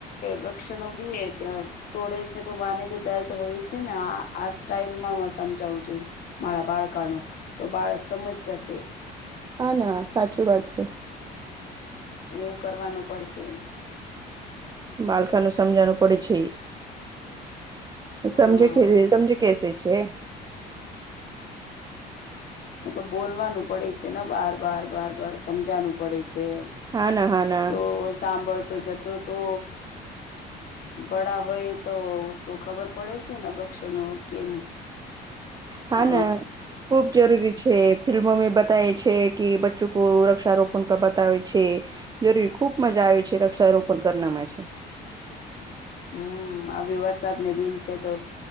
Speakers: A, on the left; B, on the right.
A: વૃક્ષણો ભી તોડે છે તો બાને બી દર્દ હોય છે ને આ આ સ્ટાઈલમાં સમજાવું છું. મારા બાળકા નો તો બાળક સમજ જશે.
B: હા ના સાચું વાત છે.
A: એવું કરવાનું પડશે.
B: બાલકા નું સમજાનું પડે છે. સમજે
A: હા
B: કે સમજે કેસે છે.
A: હ તો બોલવાનું પડે છે ને બાર બાર બાર બાર સમજાનું પડે છે.
B: હા ના હા ના
A: તો સાંભળતો જતો તો બડા હોય તો ઉસકો ખબર પડે છે વૃક્ષનો કેમ
B: હા
A: અ
B: ના ખુબ જરૂરી છે. ફિલ્મો મે બતાવે છે કે બચ્ચો કો વૃક્ષારોપણ કા બતાવે છે. જરૂરી ખુબ મજા આવે છે વૃક્ષારોપણ કરનામાં છે.
A: હમ આવી વરસાદને દિન છે તો